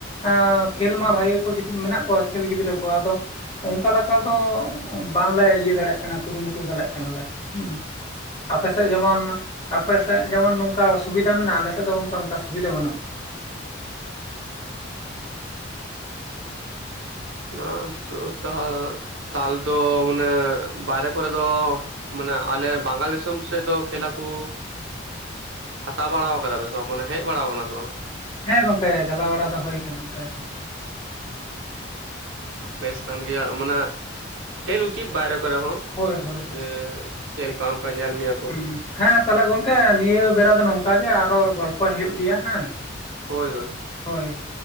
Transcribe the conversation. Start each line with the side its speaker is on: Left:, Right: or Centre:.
Left: ᱟᱸ ᱠᱷᱮᱞ ᱢᱟ ᱵᱷᱟᱜᱤ ᱜᱮᱠᱚ ᱜᱤᱫᱤᱠ ᱢᱮᱱᱟᱜ ᱠᱚᱣᱟ ᱠᱷᱮᱞ ᱜᱤᱫᱽᱨᱟᱹ᱾ ᱠᱚᱣᱟ ᱟᱫᱚ ᱚᱱᱠᱟ ᱞᱮᱠᱟ ᱫᱚ ᱵᱟᱝᱞᱮ ᱤᱭᱟᱹ ᱫᱟᱲᱮᱭᱟᱜ ᱠᱟᱱᱟ ᱠᱩᱨᱩᱢᱩᱴᱩ ᱫᱟᱲᱮᱭᱟᱜ ᱠᱟᱱᱟᱞᱮ? ᱦᱩᱸ᱾ ᱟᱯᱮᱥᱮᱫ ᱡᱮᱢᱚᱱ ᱟᱯᱮᱥᱮᱫ ᱡᱮᱢᱚᱱ ᱱᱚᱝᱠᱟ ᱥᱩᱵᱤᱫᱷᱟ ᱢᱮᱱᱟᱜ-ᱟ ᱟᱞᱮᱥᱮᱫ ᱫᱚ ᱜᱚᱝᱠᱮ ᱚᱱᱠᱟ ᱥᱩᱵᱤᱫᱷᱟ ᱵᱟᱹᱱᱩᱜ-ᱟ᱾
Right: ᱱᱚᱣᱟ ᱦᱚᱛᱚ ᱛᱟᱦ ᱛᱟᱦᱚᱞᱮ ᱫᱚ ᱢᱟᱱᱮ ᱵᱟᱭᱨᱮ ᱠᱚᱨᱮ ᱫᱚ ᱢᱟᱱᱮ ᱟᱞᱮ ᱵᱟᱝᱜᱟᱞ ᱫᱤᱥᱚᱢ ᱥᱮᱫ ᱫᱚ ᱠᱷᱮᱞ ᱟᱠᱚ ᱦᱟᱛᱟᱣ ᱵᱟᱲᱟᱣ ᱟᱠᱟᱫᱟ ᱯᱮ ᱥᱮ ᱵᱟᱝ ᱢᱟᱱᱮ ᱦᱮᱡ ᱵᱟᱲᱟᱣ ᱠᱟᱱᱟ ᱥᱮ ᱵᱟᱝ?
Left: ᱦᱮᱸ ᱜᱚᱝᱠᱮ ᱪᱟᱞᱟᱣ ᱵᱟᱲᱟ ᱫᱚ ᱦᱩᱭᱠᱟᱱᱟ ᱚᱱᱛᱮ᱾
Right: ᱵᱮᱥ ᱠᱟᱱ ᱜᱮᱭᱟ ᱢᱟᱱᱮ ᱠᱷᱮᱞ ᱩᱪᱤᱛ ᱵᱟᱭᱨᱮ ᱠᱚᱨᱮ ᱦᱚᱸ
Left: ᱦᱳᱭ ᱦᱳᱭ ᱦᱳᱭ
Right: ᱡᱮ ᱠᱷᱮᱞ ᱠᱚ ᱟᱢ ᱠᱚ ᱧᱮᱞ ᱢᱮᱭᱟ᱾ ᱠᱚ
Left: ᱦᱩᱸ ᱦᱮᱸ ᱛᱟᱦᱚᱞᱮ ᱜᱚᱢᱠᱮ ᱱᱤᱭᱟᱹ ᱵᱮᱲᱟ ᱫᱚ ᱱᱚᱝᱠᱟ ᱜᱮ, ᱟᱨᱦᱚᱸ ᱜᱚᱞᱯᱷᱚᱭ ᱦᱩᱭᱩᱜ ᱜᱮᱭᱟ ᱦᱮᱸ᱾
Right: ᱦᱳᱭ ᱦᱳᱭ᱾
Left: ᱦᱳᱭ᱾